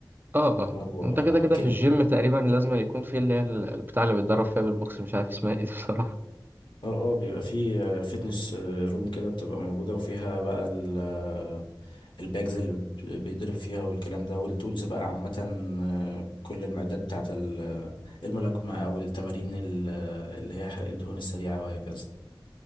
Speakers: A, on the right; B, on the left.
A: اه اه
B: أو
A: انت
B: آه،
A: كده كده
B: كده
A: في الجيم تقريبا لازم يكون في اللي هي ال- البتاع اللي بيتدرب فيها بالبوكس مش عارف اسمها ايه دي بصراحة
B: أه أه بيبقى في فيتنس روم كده بتبقى موجودة وفيها بقى ال آه، الباجز اللي ب- بيضرب فيها والكلام ده والتولز بقى عامة آه، كل المعدات بتاعت ال- آه، الملاكمة أو التمارين ال- آه، اللي هي حرق الدهون السريعة وهكذا